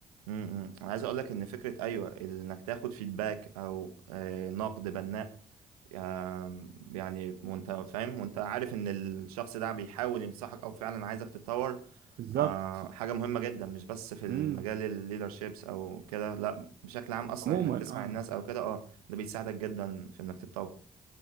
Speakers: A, on the right (about 85°); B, on the right (about 60°).
A: امم انا عايز اقول لك ان فكره ايوه انك تاخد فيدباك او آه، نقد بناء آم، يعني وانت فاهم وانت عارف ان الشخص ده بيحاول ينصحك او فعلا عايزك تتطور
B: بالظبط
A: آه، حاجه مهمه جدا مش بس في المجال
B: امم
A: الليدرشيبس او كده لا بشكل عام اصلا
B: عموما
A: انك تسمع الناس او كده اه ده بيساعدك جدا في انك تتطور